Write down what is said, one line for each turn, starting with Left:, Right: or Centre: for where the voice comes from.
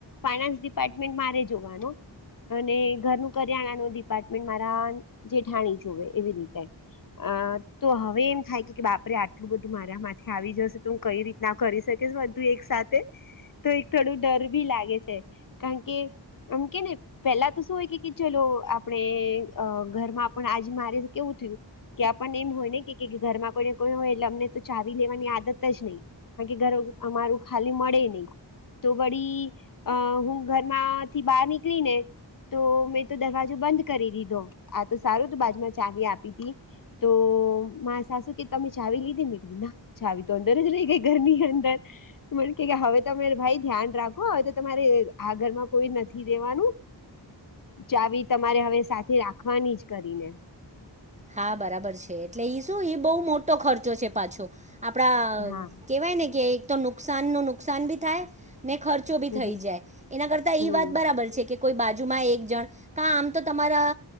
Left: ફાયનાન્સ ડિપાર્ટમેન્ટ મારે જોવાનું અને ઘરનું કરિયાણા ન ડિપાર્ટમેન્ટ મારા જેઠાણી જોવે એવી રીતે અ તો હવે એમ થાય કે કે બાપરે આટલું બધું મારા માથે આવી જશે તો હું કઈ રીતના કરીશ. બધું એક સાથે તો એક થોડું ડર ભી લાગે છે કારણ કે આમ કે ને પેલા તો શું હોય કે ચલો આપણે ઘરમાં પણ આજ મારે કેવું થયું. કે પણ એમ હોય ને કે ઘરમાં કોઈને કોઈ હોય એટલે અમને તો ચાવી લેવાની આદત જ નહી કારણ કે ઘર અમારું ખાલી મળે નહી તો વળી હું ઘરમાંથી બહાર નીકળી ને તો મે તો દરવાજો બંધ કરી દીધો આ તો સારું તો બાજમાં ચાવી આપી હતી તો સાસુ કે તમે ચાવી લીધેનીકળું ના ચાવી તો અંદર જ રહી ગઈ ઘરની અંદર મ કે હવે તો તમે ભાઈ ધ્યાન રાખો હવે તો તમારે આ ઘરમાં કોઈ નથી દેવાનું ચાવી તમારે હવે સાથે રાખવાની જ કરીને.
Right: હા બરાબર છે એટલે ઈ શું બહુ મોટો ખર્ચો છે પાછો. આપડા
Left: હા
Right: કેવાય ને કે એક તો નુકસાન નું નુકસાન ભી થાય ને ખર્ચો બી
Left: હમ
Right: થઈ જાય એના કરતા
Left: હમ
Right: ઈ વાત બરાબર છે કે કોઈ બાજુમાં એક જણ કા આમ તો તમારા